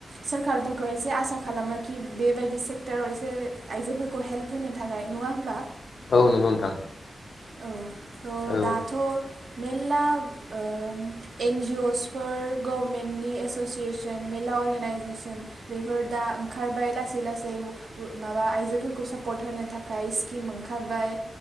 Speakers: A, on the right (about 75°); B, on the left (about 80°).
A: सोरखारफोरखौ एसे आसा खालामो कि बेबायदि सेक्टराव एसे आइजोफोरखौ हेल्प होनो थाखाय नङा होमबा
B: औ नोंगौ नोंथां
A: औ। थ'
B: औ
A: दाथ' मेल्ला ओम एनजिअस फोर गभमेन्टनि एस'सियेसन मेल्ला अर्गेनाइजेसन बेफोर दा ओंखारबाय। लासै लासै उ उ माबा आइजोफोरखौ सापर्ट होनो थाखाय स्किम ओंखारबाय।